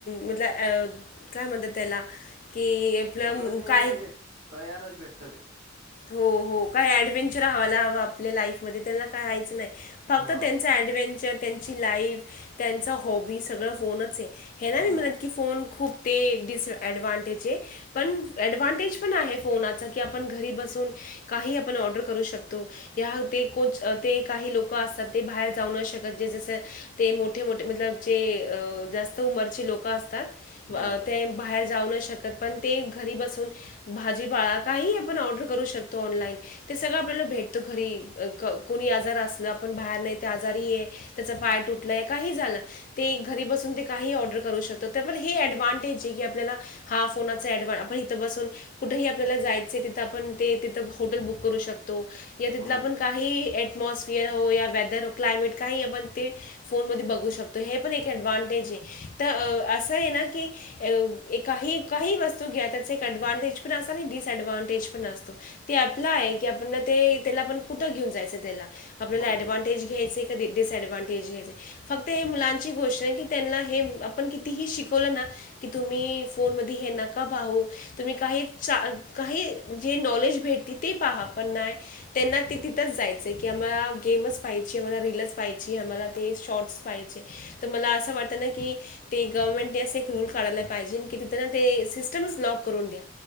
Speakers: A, on the left; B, on the right.
A: मधलं अ काय म्हणतात त्याला की, आपलं
B: सगळं ते
A: काही
B: म्हणजे तयारच भेट.
A: हो हो काही एडवेंचर हवा ला हवं आपल्या लाईफ मध्ये त्यांना काय हायचं नाही. फक्त
B: हा
A: त्यांचं ॲडव्हेंचर त्यांची लाईफ त्यांचं हॉबी सगळं फोनच आहे. हे ना
B: हो
A: मी म्हणत की फोन खूप ते डिसएडव्हांटेज आहे. पण एडवेंचर पण आहे फोनाचा की आपण घरी बसून. काही आपण ऑर्डर करू शकतो. या ते को ते काही लोक असतात ते बाहेर जाऊ न शकत जे जसं. ते मोठे मोठे मतलब जे जास्त उमरचे लोक असतात. ते
B: बरोबर
A: बाहेर जाऊ न शकत पण ते घरी बसून भाजीपाळा. काही आपण ऑर्डर करू शकतो ऑनलाईन. ते सगळं आपल्याला भेटतो घरी कोणी आजार असलं आपण बाहेर नाही ते आजारी आहे. त्याचा पाय तुटलंय काही झालं. ते घरी बसून ते काही ऑर्डर करू शकतात तर पण हे ऍडव्हांटेज जे की आपल्याला. हा फोन ऍडव्हांटेज आपण इथं बसून कुठेही आपल्याला जायच. असे तिथ आपण ते तिथ हॉटेल बुक करू शकतो या तिथलं
B: बरोबर
A: आपण काय. ही टमॉसफियर हो या वेदर हो क्लायमेट काही आपण ते. फोन मध्ये बघू शकतो हे पण एक ऍडव्हांटेज आहे तर असं आहे ना की. अ काही काही वस्तू घ्या त्याच एक ऍडव्हांटेज पण अस आहे की. ऍडव्हांटेज पण असतो ते आपला आहे की आपण ते त्याला आपण कुठं घेऊन जायचं त्याला. आपल्याला
B: बरोबर
A: एडव्हांटेज घ्यायचे आहे का डिटिस एडव्हांटेज घ्यायचे. फक्त हे मुलांची गोष्ट आहे की त्यांना हे आपण कितीही शिकवलं ना. कि तुम्ही फोन मध्ये हे नका पाहू तुम्ही काहीच्या, काही जे नॉलेज भेटते ते पहा पण नाही! त्यांना ते तिथंच जायचे की आम्हाला गेमच पाहिजे आम्हाला रीलच पाहिजे आम्हाला ते शॉर्ट्स पाहिजे. तर मला असं वाटतं ना की, ते गव्हर्नमेंटने असा एक रूल काढायला पाहिजे की तिथे ते सिस्टम ब्लॉक करून द्या.